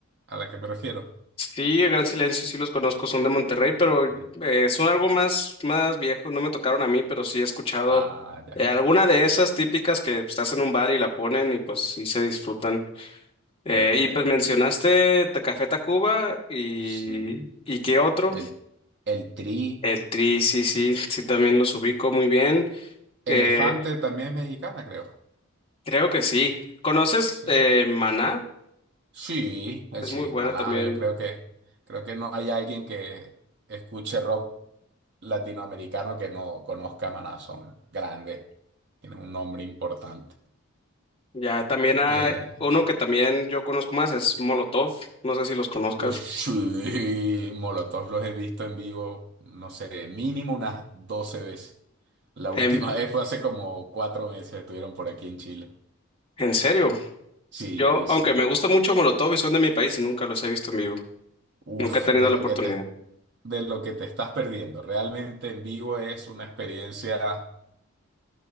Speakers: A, on the right; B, on the left.
A: a la que me refiero?
B: Sí, el Gran Silencio sí los conozco, son de Monterrey, pero
A: Sí.
B: eh, son algo más, más viejos, no me tocaron a mí, pero sí he escuchado
A: Ah, ya.
B: eh, alguna de esas típicas que pues, estás en un bar y la ponen y pues sí se disfrutan. Eh,
A: Perfecto.
B: y pues mencionaste Ta- Café Tacuba y,
A: Sí.
B: y qué otro.
A: El, el Tri.
B: El Tri, sí, sí, sí, también los ubico muy bien.
A: Elefante
B: Eh,
A: también es mexicana, creo.
B: creo que sí. ¿Conoces
A: Sí.
B: eh, Maná?
A: Sí, eh,
B: Es
A: sí,
B: muy bueno
A: Maná,
B: también.
A: yo creo que creo que no hay alguien que escuche rock latinoamericano que no conozca a Maná, son grandes, tienen un nombre importante.
B: Ya, también hay
A: Eh,
B: uno que también yo conozco más, es Molotov. No sé si los conozcas.
A: ush, sí, Molotov los he visto en vivo, no sé, mínimo unas 12 veces. La
B: Em,
A: última vez fue hace como cuatro meses, estuvieron por aquí en Chile.
B: en serio,
A: Sí,
B: yo,
A: sí.
B: aunque me gusta mucho Molotov y son de mi país y nunca los he visto en vivo.
A: Uf,
B: Nunca he tenido
A: de
B: la
A: lo
B: oportunidad.
A: que te, de lo que te estás perdiendo. Realmente en vivo es una experiencia